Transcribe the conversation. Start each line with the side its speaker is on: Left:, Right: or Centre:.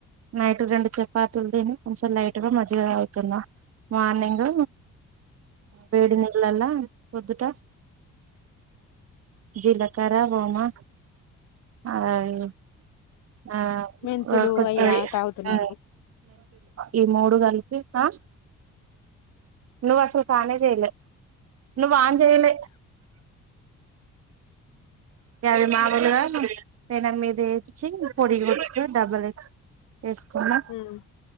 Right: నైట్ రెండు చపాతీలు తిని కొంచెం లైట్గా మజ్జిగ అవుతున్నాం మార్నింగ్ వేడి నీళాల్లొ పొద్దుట జీలా కర్ర వోమా హాయ్ ఆ
Left: మెంతులు
Right: ఎవరికి వత్తాయి
Left: అయ్యా తాగుతున్నారు
Right: ఆ ఈ మూడు కలిసి ఆ నువ్వు అసలు నూనె అ చేయలే నువ్వు ఆన్ చేయలే గదే మామూలుగానె పేనం మీద ఏపించి పొడి గొట్కొ డబల్ ఎగ్స్ వేసుకోన
Left: ఉమ్